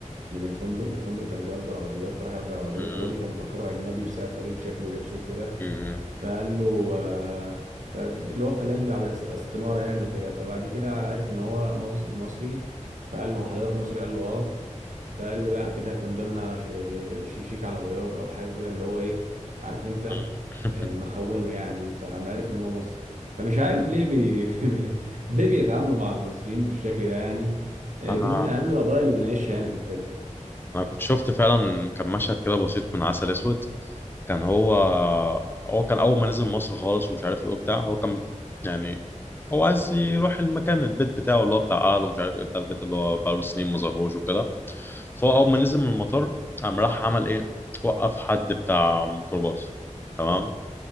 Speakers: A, on the right; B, on the left.
A: من الفندق الفندق كان بيأجر عربيات فراح يأجر عربية
B: م-
A: فالراجل كان مفكره أجنبي بسبب طريقة شكله ولبسه وكده
B: م- م-
A: فقال له آه، فاللي هو خلاه يمضي على استمارة يعني وكده فبعد كده عرف إن هو مص- مصري فقال له حضرتك مصري قال له اه فقال له لا كده هتنضلنا ش- ش- شيك على بياض او حاجه كده اللي هو ايه عارف انت
B: <laughs>
A: آه، مخونه يعني فلما عرف ان هو مصري فمش عارف ليه بي... <laughs> بي... ليه بيتعاملوا مع المصريين بالشكل ده يعني آه،
B: انا
A: دي من اهم القضايا اللي نعيشها يعني في الفيلم <laughs>
B: انا كنت شفت فعلا كان مشهد كده بسيط من عسل اسود كان هو هو كان اول ما نزل مصر خالص ومش عارف ايه وبتاع هو كان يعني هو عايز يروح المكان البيت بتاعه اللي هو بتاع اهله ومش عارف ايه بتاع البيت اللي هو بقاله سنين ما ظهروش وكده فهو اول ما نزل من المطار قام راح عمل ايه وقف حد بتاع ميكروباص تمام